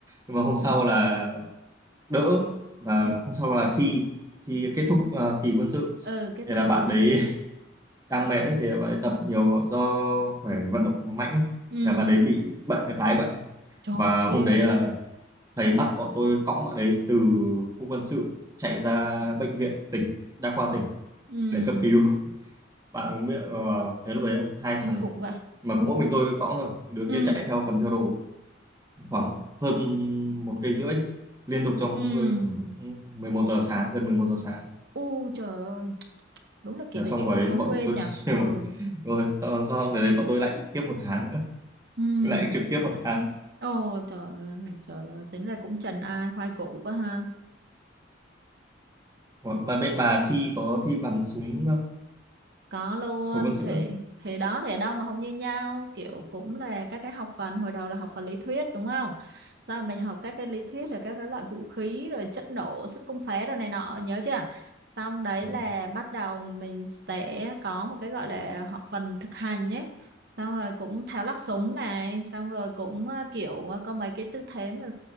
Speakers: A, on the right; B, on the right.
A: nhưng mà hôm sau là đỡ và
B: ừ
A: hôm sau là thi thi kết thúc uh, kỳ quân sự
B: ừ kết
A: thì
B: thúc
A: là
B: kỳ
A: bạn
B: quân
A: đấy
B: sự
A: đang mệt ấy, thì bạn ấy tập nhiều do phải vận động mạnh ấy.
B: ừ
A: Thì bạn ấy bị bệnh cái tái bệnh
B: trời
A: và hôm
B: ghê
A: đấy
B: vậy
A: là thầy bắt bọn tôi cõng bạn ấy từ khu quân sự chạy ra bệnh viện tỉnh đa khoa tỉnh
B: ừ
A: để cấp cứu bạn cũng biết ờ, thế lúc đấy hai
B: kinh
A: thằng
B: khủng vậy
A: mà có mỗi mình tôi cõng thôi đứa
B: ừ
A: kia chạy theo cầm theo đồ khoảng hơn một cây rưỡi liên tục trong
B: ừ
A: khoảng 11 giờ sáng gần 11 giờ sáng
B: U trời ơi, đúng là kỷ
A: Thế là
B: lị
A: xong quả đấy
B: khó
A: bọn
B: quên
A: tôi
B: nhỉ.
A: <laughs>
B: Ừ.
A: rồi sau, sau đấy bọn tôi lại bị tiếp một tháng nữa
B: Ừ.
A: lại trực tiếp một phát
B: Ồ trời ơi, trời ơi, tính là cũng trần ai khoai củ quá ha.
A: Ủa, mà bên bà thi có thi bắn súng
B: Có luôn
A: hồi quân sự
B: thì
A: á?
B: thì đó thì ở đâu mà không như nhau kiểu cũng là các cái học phần hồi đầu là học phần lý thuyết đúng không sau mình học các cái lý thuyết rồi các cái loại vũ khí rồi chất nổ sức công phá rồi này nọ nhớ chưa xong đấy
A: Ủa,
B: là bắt đầu mình sẽ có một cái gọi là học phần thực hành nhé xong rồi cũng tháo lắp súng này xong rồi cũng ờ, kiểu ờ, có mấy cái tư thế mà